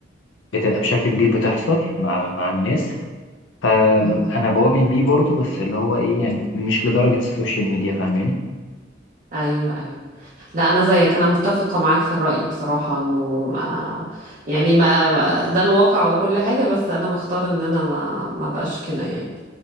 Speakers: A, on the left; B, on the right.
A: بتبقى بشكل كبير بتحصل مع مع الناس فانا
B: مم.
A: بؤمن بيه برضو بس اللي هو ايه يعني مش لدرجة السوشيال ميديا فاهماني
B: ايوه ايوه لا انا زيك انا متفقه معاك في الراي بصراحه انه ما يعني ما ده الواقع وكل حاجه بس انا بختار ان انا ما ما بقاش كده يعني